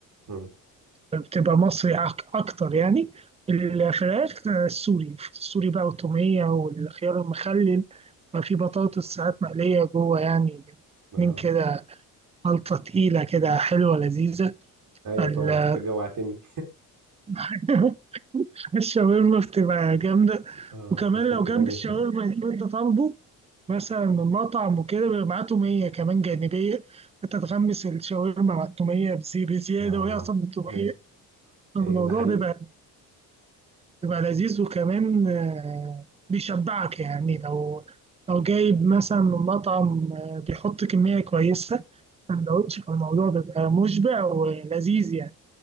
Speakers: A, on the right; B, on the right.
A: مم.
B: بتبقى مصري أك- أكتر يعني الفراخ آه، السوري السوري بقى والتومية والخيار المخلل ما في بطاطس ساعات مقلية جوه يعني
A: اه
B: من كده خلطة تقيلة كده حلوة لذيذة
A: ايوه
B: ال-
A: طبعا انت جوعتني
B: <laughs> الشاورما بتبقى جامدة
A: <laughs> اه
B: وكمان
A: في حتة
B: لو جنب
A: تانية
B: الشاورما
A: فعلا
B: اللي انت طالبه مثلا من مطعم وكده بيبقى معاه تومية كمان جانبية انت تغمس الشاورما مع التومية بزي- بزيادة
A: اه
B: وهي أصلا التومية
A: ايوه
B: الموضوع
A: ايوه ده حقيقي
B: بيبقى بيبقى لذيذ وكمان آه، بيشبعك يعني لو لو جايب مثلا من مطعم آه، بيحط كمية كويسة سندوتش فالموضوع بيبقى مشبع ولذيذ يعني